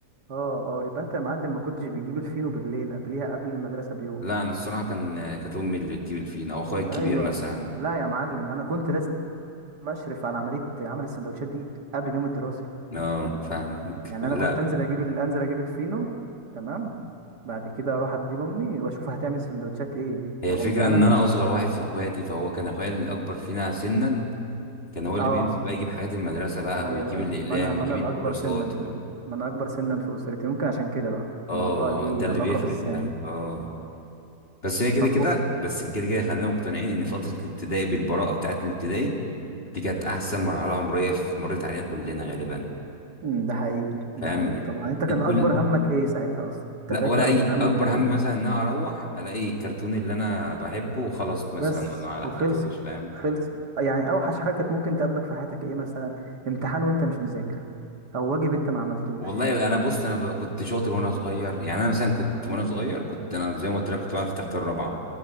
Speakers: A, on the right (about 65°); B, on the left (about 35°).
A: اه اه يبقى انت يا معلم ما كنتش بتجيب الفينو بالليل قبليها قبل المدرسة بيوم
B: لا انا الصراحه كان كانت امي اللي بتجيب الفينا او اخويا الكبير
A: ايوه
B: مثلا
A: لا يا معلم انا كنت لازم اشرف على عملية عمل السندوتشات دي قبل اليوم الدراسي
B: اه فاهمك
A: يعني
B: <laughs> لا
A: انا كنت انزل اجيب ال- انزل اجيب الفينو تمام بعد كده اروح ادي لامي واشوف هتعمل سندوتشات ايه
B: هي
A: ما
B: الفكرة
A: هو مش انا
B: إن
A: مش
B: أنا أصغر واحد في إخواتي فهو كان أخويا الأكبر فينا سنا كان هو اللي
A: اه
B: بينزل بقى يجيب حاجات المدرسة بقى
A: ايوه
B: ويجيب
A: أيوة.
B: الأقلام
A: ما انا ما
B: ويجيب
A: انا
B: الكراسات
A: الاكبر سنا في
B: وال...
A: ال... ما انا اكبر سنا في اسرتي ممكن عشان كده بقى
B: آه
A: الموضوع ليه
B: هو ده اللي
A: علاقه
B: بيفرق
A: بالسن
B: فعلا آه بس هي كده
A: طب
B: كده
A: أو-
B: بس كده كده خلينا مقتنعين إن فترة الابتدائي بالبراءة بتاعة الابتدائي دي كانت أحسن مرحلة عمرية في مرت علينا كلنا غالبا
A: أمم، ده حقيقي
B: فاهم
A: ده حقيقي طبعا انت كان
B: الكل
A: اكبر همك ايه ساعتها اصلا
B: لا
A: انت فاكر
B: ولا أي
A: اكبر همك
B: أكبر
A: كان ايه
B: هم مثلا إن أنا أروح ألاقي الكرتون اللي أنا بحبه وخلاص مثلا
A: بس
B: ولا على
A: وخلصت
B: حقته فاهم
A: خلصت يعني اوحش حاجه كانت ممكن تقابلك في حياتك ايه مثلا امتحان وانت مش مذاكر او واجب انت ما عملتوش
B: والله انا بص انا ب- كنت شاطر وانا صغير يعني انا مثلا كنت وانا صغير كنت انا زي ما قلت لك كنت بقعد في تخت الرابعه